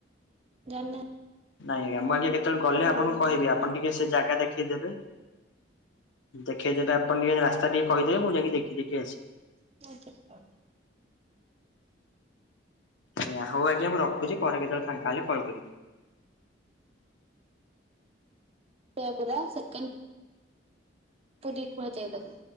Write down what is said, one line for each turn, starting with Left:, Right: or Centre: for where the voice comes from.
Right: ଯାନା
Left: ନାଇଁ ଆଜ୍ଞା ମୁଁ ଆଜ୍ଞା କେତୋବୋଳେ ଗଲେ ଆପଣଙ୍କୁ
Right: ବଳଭଦ୍ର
Left: କହିବି
Right: ଠାକୁର
Left: ଆପଣ ଟିକେ ସେ ଜାଗା ଦେଖେଇଦେବେ। ଦେଖେଇ ଦେଲେ ଆପଣ ଟିକେ ରାସ୍ତା ଟିକେ କହିଦେବେ ମୁଁ ଯାଇକି ଦେଖି ଦେଇକି ଆସିବି।
Right: <unintelligible>
Left: ଆଜ୍ଞା ହୋଉ ଆଜ୍ଞା ମୁଁ ରଖୁଚି ପରେ କେତୋବୋଳେ ଫାଙ୍କା ହେଲେ କଲ୍ କରିବି।
Right: <unintelligible> ସେକେଣ୍ଡ ପୁରୀ କୁହାଯାଏ ତାକୁ।